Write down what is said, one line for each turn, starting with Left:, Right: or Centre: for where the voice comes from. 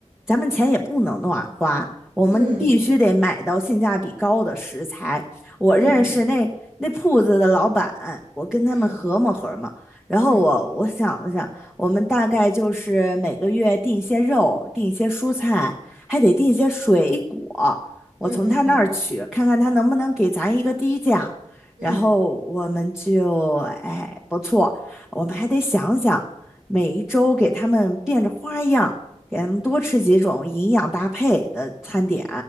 Centre: 咱们钱也不能乱花，我们必须得买到性价比高的食材。
Right: 嗯
Centre: 我认识那那铺子的老板，
Right: 嗯嗯
Centre: 我跟他们合谋合谋。
Right: 嗯
Centre: 然后我我想了想，
Right: 嗯
Centre: 我们大概就是每个月订些肉，订些蔬菜，还得订些水果。我从他那儿取，
Right: 嗯嗯嗯嗯
Centre: 看看他能不能给咱一个低价。
Right: 嗯
Centre: 然后我们就，哎，不错。我们还得想想。每一周给他们变着花样，给他们多吃几种营养搭配的餐点，